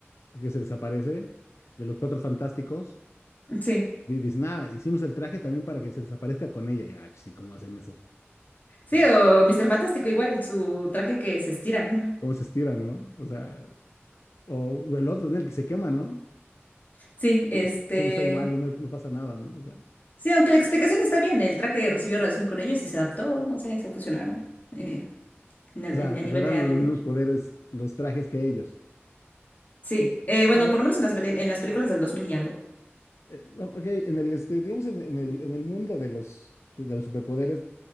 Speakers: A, on the left; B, on the left.
A: que se desaparece de los Cuatro Fantásticos
B: sí.
A: di- Dice, nada, hicimos el traje también para que se desaparezca con ella. Y yo, ay, sí, ¿cómo hacen eso?
B: Sí,
A: O sea,
B: o Mr. Fantástico, igual su traje que se estira. <laughs>
A: ¿cómo se estira, no? O sea, o el otro, en el que se quema, ¿no?
B: Sí,
A: Siempre
B: este...
A: siempre está igual y no, no pasa nada, ¿no? O sea,
B: Sí, aunque la explicación está bien, el traje recibió radiación con ellos y se adaptó, no sé, se fusionaron eh, en el-
A: o sea,
B: en- a
A: agarraron
B: nivel de ADN.
A: los mismos poderes, los trajes que ellos.
B: Sí, eh,
A: Bueno,
B: bueno, por lo menos
A: en
B: en las,
A: en
B: peli-
A: el,
B: en las películas del 2000 y algo.
A: eh, ok, en el, este, digamos, en, en el, en el mundo de los, de, de los superpoderes,